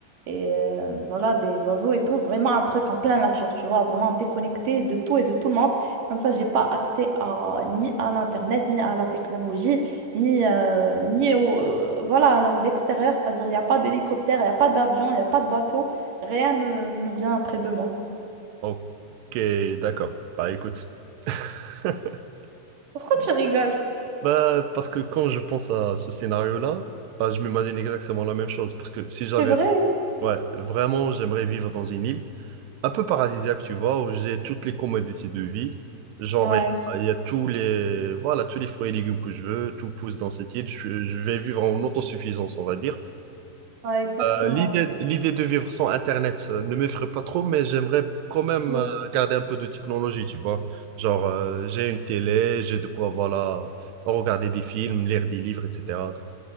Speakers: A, on the right; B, on the right.
A: euh, voilà, des oiseaux et tout, vraiment un truc en pleine nature, tu vois, vraiment déconnecté de tout et de tout le monde. Comme ça, j'ai pas accès à, ni à l'Internet, ni à la technologie, ni, euh, ni au, euh, voilà, à l'extérieur, c'est-à-dire il n'y a pas d'hélicoptère, il n'y a pas d'avion, il n'y a pas de bateau, rien ne, ne vient près de moi.
B: Non. Ok, d'accord. Bah écoute. <laughs>
A: Pourquoi tu rigoles?
B: Bah parce que quand je pense à ce scénario-là, bah, je m'imagine exactement la même chose. Parce que si j'avais
A: C'est vrai?
B: Ouais, vraiment, j'aimerais vivre dans une île un peu paradisiaque, tu vois, où j'ai toutes les commodités de vie. Genre,
A: Ouais,
B: il y a il y a tous les, voilà, tous les fruits et légumes que je veux, tout pousse dans cette île. Je, je vais vivre en autosuffisance, on va dire.
A: ouais, exactement.
B: Euh, l'idée, l'idée de vivre sans Internet euh, ne m'effraie pas trop, mais j'aimerais quand même
A: Oui.
B: euh, garder un peu de technologie, tu vois. Genre, euh, j'ai une télé, j'ai de quoi, voilà, regarder des films, lire des livres, etc.